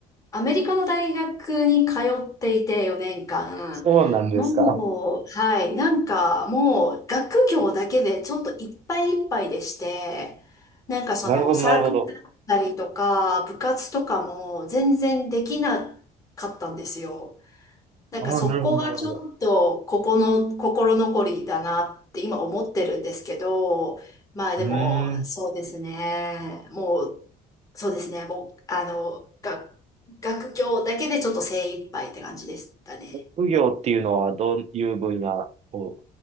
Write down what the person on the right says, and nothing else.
そうなんですか。
なるほど、なるほど。
ああ、なるほど、なるほど。
うーん。
副業っていうのはどういう分野を